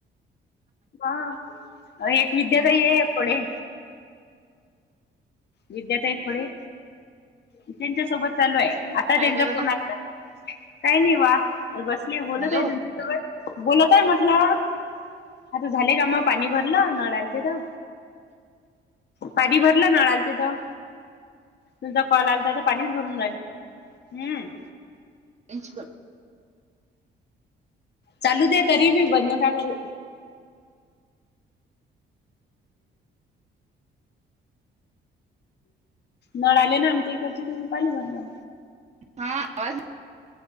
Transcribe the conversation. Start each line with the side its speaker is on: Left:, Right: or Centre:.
Left: हा एक विद्याताई आहे खुडे. विद्याताई खुडे त्यांच्या सोबत चालू आहे आता
Right: काय
Left: त्यांचा
Right: करत
Left: फोन आलता. काही नाही वा बसले बोलत
Right: हॅलो
Left: आहे तुमच्या सोबत बोलतय म्हटलं. आता झालेय कामं पाणी भरलं नळ आलते तर. पाणी भरलं नळा आलते तर. तुमचा कॉल आल आता पाणीच भरून राहिली, हम्म.
Right: त्यांच क
Left: चालू दे तरी बी बंद नका करू. नळा आले ना आमच्या इकडची त्योम पाणी भरला.
Right: हा आवाज